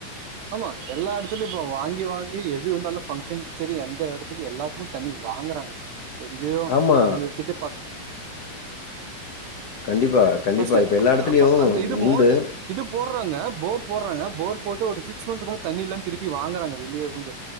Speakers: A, on the right (about 75°); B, on the left (about 75°).
A: ஆமா எல்லா எடத்துல இப்ப வாங்கி வாங்கி எது வந்தாலு பங்க்ஷன்க்கும் சரி எந்த இடத்துக்கும் எல்லாத்துக்கு தண்ணி வாங்குறாங்க எங்கேயோ
B: ஆமா.
A: அவங்ககிட்ட ப
B: கண்டிப்பா, கண்டிப்பா.
A: பஸ்ட்டு
B: இப்ப எல்லா இடத்துலயும்
A: அப்ப அந்த இது
B: உண்டு.
A: மோட் இது போடுறாங்க போர் போடுறாங்க போர் போட்டு ஒரு சிக்ஸ் மன்த் குள்ள தண்ணி இல்லனு திருப்பி வாங்குறாங்க வெளியே வந்து